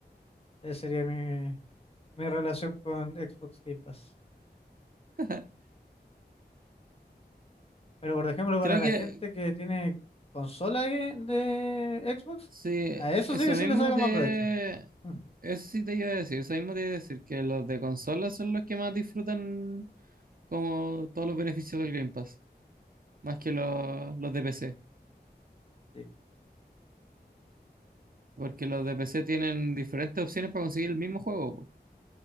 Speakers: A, on the left; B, on the right.
A: Esa sería mi, mi relación con Xbox Game Pass.
B: <laughs>
A: Pero por ejemplo,
B: Creo
A: para la
B: que,
A: gente que tiene consola que- de Xbox,
B: Sí,
A: a eso
B: eso
A: sí que sí
B: mismo
A: le sacan
B: te...
A: más provecho. Mm,
B: Eso sí te iba a decir, eso mismo te iba a decir, que los de consola son los que más disfrutan como todos los beneficios del Game Pass, más que los, los de PC,
A: Sí,
B: porque los de PC tienen diferentes opciones para conseguir el mismo juego. po.